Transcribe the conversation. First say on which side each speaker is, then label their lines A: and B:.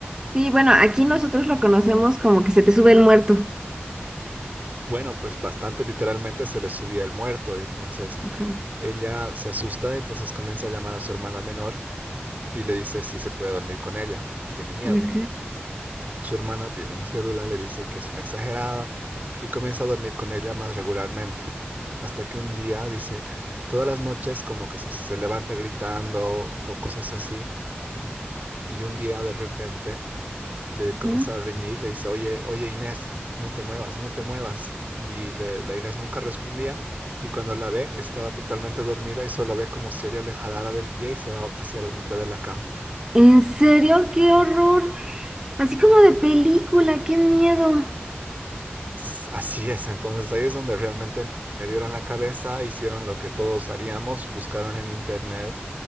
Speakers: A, on the right; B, on the right.
A: Sí, bueno, aquí nosotros lo conocemos como que se te sube el muerto.
B: Bueno, pues bastante literalmente se le subía el muerto, entonces
A: Ajá.
B: ella se asusta, entonces comienza a llamar a su hermana menor y le dice si se puede dormir con ella, que tiene miedo.
A: Ok.
B: Su hermana, bien incrédula, le dice que es una exagerada y comienza a dormir con ella más regularmente. Hasta que un día dice, todas las noches como que se, se levanta gritando o cosas así, y un día de repente le comienza
A: Ajá.
B: a reñir, le dice, oye, oye Inés, no te muevas, no te muevas. Y le- la Inés nunca respondía y cuando la ve estaba totalmente dormida y solo ve como si ella le jalara del pie y se va hacia la mitad de la cama.
A: ¿En serio? ¡Qué horror! Así como de película, qué miedo.
B: S- Así es, entonces ahí es donde realmente perdieron la cabeza, hicieron lo que todos haríamos, buscaron en internet